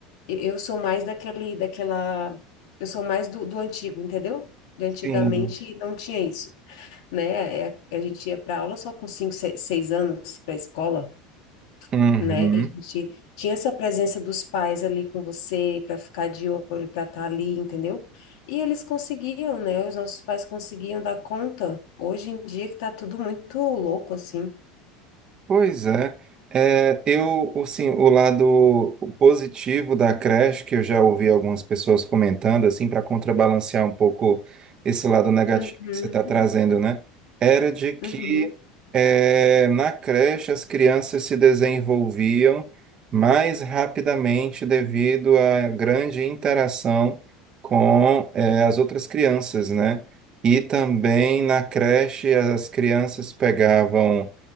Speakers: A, on the left; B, on the right.
A: Eu eu sou mais daquele, daquela, eu sou mais do, do antigo, entendeu? De antigamente
B: Sim.
A: não tinha isso, né? É, A gente ia para aula só com cinco, seis seis anos para a escola
B: Uhum.
A: né? E A gente tinha essa presença dos pais ali com você para ficar de olho, para estar ali, entendeu? E eles conseguiam, né? Os nossos pais conseguiam dar conta. Hoje em dia que tá tudo muito louco assim.
B: Pois é. É, eu, assim, o lado positivo da creche, que eu já ouvi algumas pessoas comentando, assim, para contrabalancear um pouco esse lado negativo
A: Uhum,
B: que você está trazendo, né? Era de que
A: uhum,
B: é, na creche as crianças se desenvolviam mais rapidamente devido à grande interação com é, as outras crianças, né? E também na creche as crianças pegavam